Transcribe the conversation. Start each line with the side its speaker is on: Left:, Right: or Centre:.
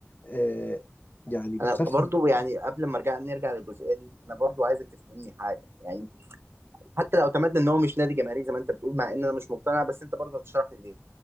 Left: آه يعني بتخاف
Right: انا برضو يعني قبل ما ارجع نرجع للجزئيه دي انا برضو عايزك تفهمني حاجه يعني حتى لو اعتمدنا ان هو مش نادي جماهيري زي ما انت بتقول مع ان انا مش مقتنع بس انت برضو هتشرح لي ليه